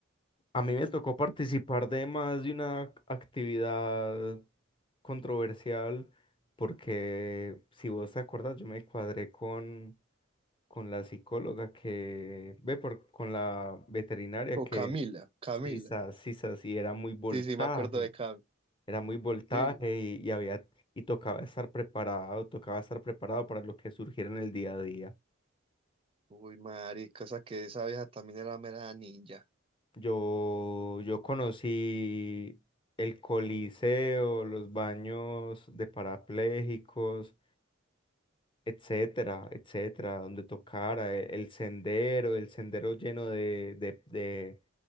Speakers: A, on the left; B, on the right.
A: A mí me tocó participar de más de una actividad controversial porque, si vos te acuerdas, yo me cuadré con, con la psicóloga que, ve, por, con la veterinaria
B: O
A: que,
B: Camila, Camila.
A: sisas, sisas, y era muy voltaje,
B: Sí, sí, me acuerdo de Cam.
A: era muy voltaje
B: Sí.
A: y, y había, y tocaba estar preparado, tocaba estar preparado para lo que surgiera en el día a día.
B: Uy, marica, esa que esa vieja también era mera ninja.
A: Yo, yo conocí el Coliseo, los baños de parapléjicos, etcétera, etcétera, donde tocara, e- el, sendero, el sendero lleno de, de, de,